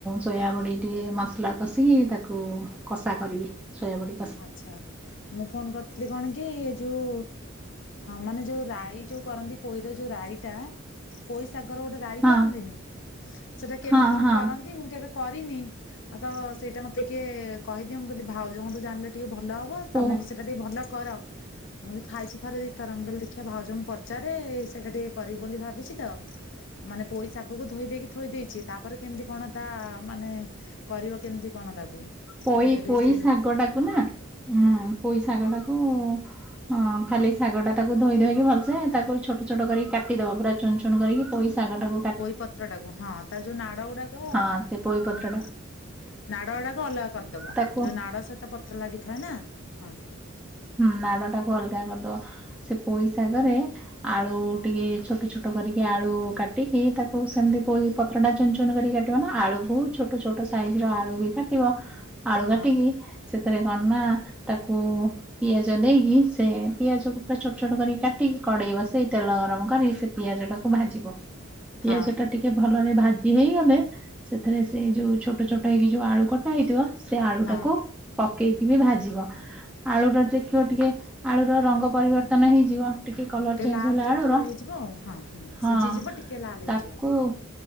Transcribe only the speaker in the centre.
ସୟାବଡ଼ି ଟିକେ ମସଲା କଷିକି ତାକୁ କଷା କରିବି ଶୋଇଆ ବଢି।
ହଁ
ହଁ
ହଁ
ଓ
ପୋଇ
ପୋଇ
ଶାଗ ଟାକୁ ନା ହଁ ପୋଇ ଶାଗଟାକୁ ହଁ ଖାଲି ଶାଗ ଟା ତାକୁ ଧୋଇ ଧୋଇକି ଭଲସେ ତାକୁ ଛୋଟ ଛୋଟ କରିକି କାଟିଦବ ପୁରା ଚୁ ଚୁନ କରିକି ପୋଇ ଶାଗାଟାକୁ
ହଁ ସେ ପୋଇ
ପତ୍ର ଟା
ତାକୁ
ହୁଁ ନାଡ ଟାକୁ ଅଲଗା କରିଦବା ସେ ପୋଇଶାଗରେ ଆଳୁ ଟିକେ ଛୋଟ ଛୋଟ କରିକି ଆଳୁ କାଟିକି ତାକୁ ସେମତି ପ କତଟା ଚନ ଚୁନ କରି କାଟିବ ନା ଆଳୁ ବହୁ ଛୋଟ ଛୋଟ ସାଇଜ ର ଆଳୁ ବି କାଟିବ। ଆଳୁ
କାଟିକି ସେଥିରେ କନା ତାକୁ ପିଆଜ ଦେଇକି ସେ ପିଆଜକୁ ପୁରା ଛୋଟ ଛୋଟ କରିକି କାଟିକି କଡେଇବା ସେଇ ତେଲ ଗରମ କରି ପିଆଜଟାକୁ ଭାଜିବ ପିଆଜଟା
ଟିକେ ଭଲରେ ଭାଜି ହେଇଗଲେ ସେଥିରେ ସେ ଯୋଉ ଛୋଟ ଛୋଟ ହେଇକି ଯୋଉ ଆଳୁ କଟା ହେଇଥିବ। ସେ ଆଳୁ
ଟାକୁ ପକେଇକି ବି ଭାଜିବ ଆଳୁ ଟା ଦେଖିବ ଟିକେ ଆଳୁର ରଙ୍ଗ ପରିବର୍ତ୍ତନ ହେଇଯିବ। ଟିକେ କଲର ଚେଞ୍ଜ
ହେଲା
ଆଳୁ ର
ହଁ
ତାକୁ